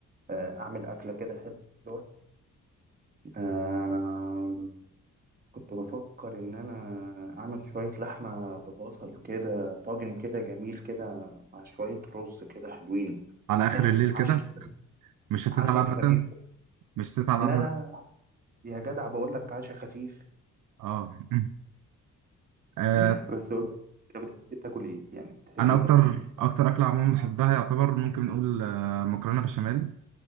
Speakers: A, on the right; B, on the right.
A: آه اعمل اكله كده حلوه آه كنت بفكر ان انا اعمل شويه لحمه ببصل كده طاجن كده جميل كده مع شويه رز كده حلوين
B: على اخر
A: يعني
B: الليل
A: عشاء
B: كده مش هتتعب
A: عشاء
B: ابدا
A: خفيف
B: مش هتتعب
A: لا
B: ابدا
A: لا يا جدع بقول لك عشاء خفيف
B: اه مم. آه،
A: <laughs> بس قول لي، انت بتحب تاكل ايه يعني بتحب
B: انا
A: تاكل
B: اكتر
A: ايه
B: اكتر اكله عموما بحبها يعتبر ممكن نقول آه، مكرونه بشاميل